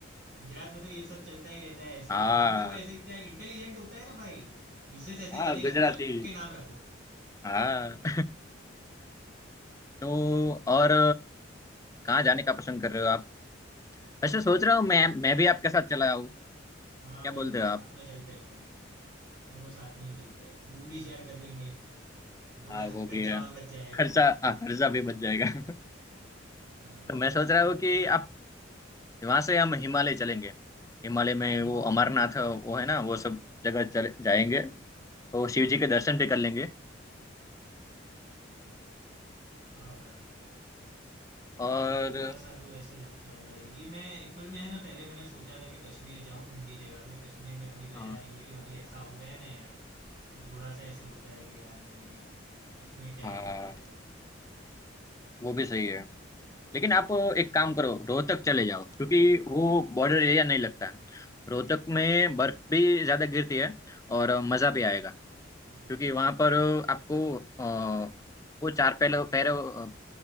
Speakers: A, on the right; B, on the left.
A: गुजरात में तो ये सब चलता ही रहता है ऐसे
B: हाँ
A: नाम भी वो ऐसे इतना इंटेलिजेंट होता है ना भाई बिजनेस ऐसे
B: हाँ
A: चलेगा
B: गुजराती
A: कुछ हटके नाम रखो
B: हाँ तो और कहाँ जाने का पसंद कर रहे हो आप
A: अभी
B: वैसे सोच रहा हूँ मैं मैं भी आपके साथ चला
A: हाँ
B: क्या
A: भाई
B: बोलते
A: दोनों
B: हो आप
A: साथ में चलते हैं भाई दोनों साथ में ही चलते हैं रूम भी शेयर कर लेंगे तो थोड़ा
B: हाँ
A: <laughs>
B: वो भी
A: खर्चा
B: है
A: और बच जाएगा
B: खर्चा हाँ खर्चा भी बच जाएगा <laughs>
A: हाँ
B: तो
A: भाई
B: मैं सोच रहा हूँ कि आप वहां से हम हिमालय चलेंगे हिमालय में वो अमरनाथ वो है ना वो सब जगह चले जाएंगे तो शिव जी के दर्शन भी कर लेंगे
A: हाँ भाई
B: और
A: हाँ थोड़ा सा तो ऐसे लगता है भाई ये मैं एक्चुअल में है ना पहले मैंने सोचा था कि कश्मीर जाऊँ ठंडी जगह में कश्मीर में कभी गया
B: हाँ
A: नहीं हूँ लेकिन अभी ऐसा हो गया ना यार तो थोड़ा सा ऐसे होता है कि यार ये कश्मीर जाए
B: हाँ
A: कि ना जाए
B: वो भी सही है लेकिन आप एक काम करो रोहतक चले जाओ क्योंकि वो बॉर्डर एरिया नहीं लगता है। रोहतक में बर्फ भी ज्यादा गिरती है और मजा भी आएगा
A: हम्म,
B: क्योंकि
A: हम्म,
B: वहां पर आपको अ, वो चार पैर पैर अ,